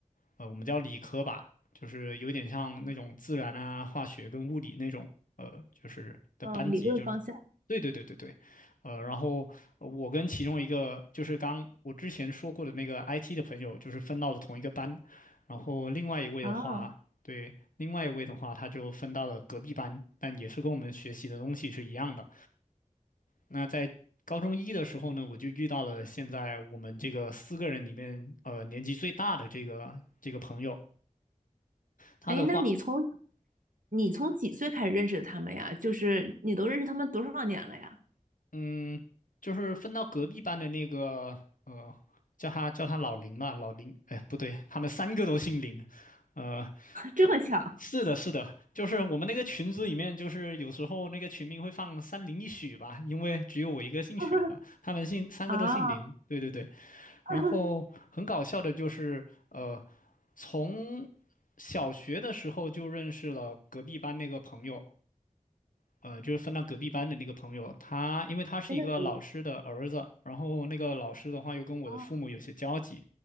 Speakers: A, on the left (about 80°); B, on the right (about 80°).
A: 呃，我们叫理科吧，就是有点像那种自然啊、化学跟物理那种呃，就是的班级，
B: 嗯，理论方向。
A: 就是对对对对对，呃，然后呃我跟其中一个就是刚我之前说过的那个 IT 的朋友，就是分到了同一个班，然后另外一位的话，
B: 啊。
A: 对，另外一位的话，他就分到了隔壁班，但也是跟我们学习的东西是一样的。那在高中一的时候呢，我就遇到了现在我们这个四个人里面，呃，年纪最大的这个这个朋友，他的话，
B: 哎，那你从你从几岁开始认识的他们呀？就是你都认识他们多少年了呀？
A: 嗯，就是分到隔壁班的那个，呃，叫他叫他老林吧，老林，哎，不对，他们三个都姓林，呃，
B: <laughs> 这么巧
A: 是的，是的，就是我们那个群组里面，就是有时候那个群名会放三零一许吧，因为只有我一个姓许的，
B: <laughs>
A: 他们姓三个都姓林。
B: 啊？
A: 对对对，
B: <laughs>
A: 然后很搞笑的就是，呃，从小学的时候就认识了隔壁班那个朋友，呃，就是分到隔壁班的那个朋友，他因为他是一个老师的儿子，
B: 真的有缘
A: 然后那个老师的话又跟我的父母有些交集，
B: 哦